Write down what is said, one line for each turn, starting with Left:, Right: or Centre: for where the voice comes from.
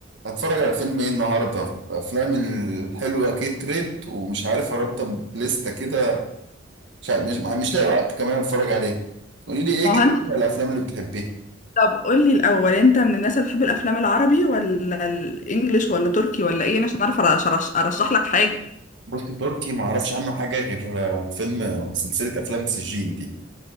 Right: هتفرج على فيلم ايه النهارده افلام الحلوه كترت ومش عارف ارتب لستة كده مش عارف مش, مش لاقي وقت كمان اتفرج عليه قولي لي ايه
Left: ما
Right: كده
Left: هو انت
Right: أكتر الافلام اللي بتحبيها
Left: طب قول لي الاول انت من الناس اللي بتحب الافلام العربي ولا الانجليش ولا تركي ولا ايه عشان اعرف أرش- ارشح لك حاجه
Right: بصي تركي ما اعرفش عنه حاجه غير آه، فيلم آه، سلسله افلام سجين دي